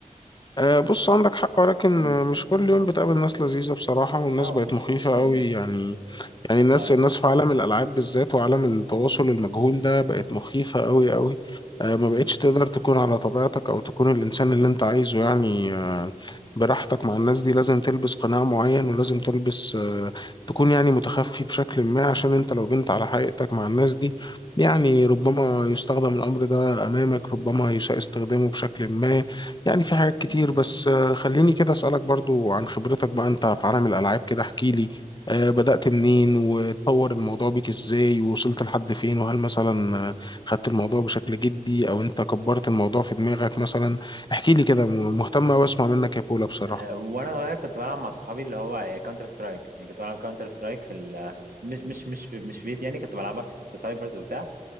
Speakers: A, on the left; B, on the right.
A: آه، بص عندك حق ولكن
B: امم
A: آه، مش كل يوم بتقابل ناس لذيذة بصراحة والناس
B: لا
A: بقت
B: مش
A: مخيفة
B: مش كل
A: قوي
B: يوم
A: يعني يعني الناس
B: اه
A: الناس في عالم الألعاب بالذات وعالم التواصل المجهول ده بقت مخيفة قوي قوي آه، ما
B: امم
A: بقتش تقدر تكون على طبيعتك أو تكون الإنسان اللي أنت عايزه يعني آه، براحتك مع الناس دي لازم تلبس قناع معين ولازم تلبس آه، تكون يعني متخفي بشكل ما عشان أنت لو بنت على حقيقتك مع الناس دي يعني ربما يستخدم الأمر ده أمامك ربما يساء استخدامه بشكل ما يعني في حاجات كتير
B: امم
A: بس آه، خليني كده أسألك برضو عن خبرتك بقى أنت في عالم الألعاب كده احكيلي آه، بدأت منين وتطور الموضوع بيك ازاي ووصلت لحد فين وهل مثلا آه، خدت الموضوع بشكل جدي او انت كبرت الموضوع في دماغك مثلا احكي لي كده م- مهتم واسمع منك يا بولا بصراحة
B: آه، وانا صغير كنت بلعب مع صحابي اللي هو كاونتر سترايك يعني كنت بلعب كاونتر سترايك في ال مش مش مش في مش في بيت يعني كنت بلعبها في في سايبرز وبتاع